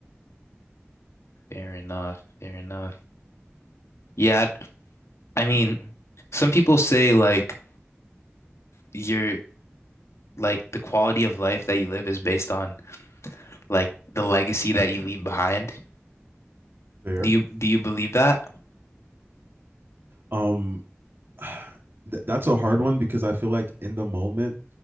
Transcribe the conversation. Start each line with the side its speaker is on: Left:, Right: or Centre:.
Left: fair enough. Fair enough. Yeah, I mean, some people say like your like the quality of life that you live is based on like the legacy that you leave behind.
Right: Fair.
Left: Do you do you believe that?
Right: Um, <sighs> th- that's a hard one because I feel like in the moment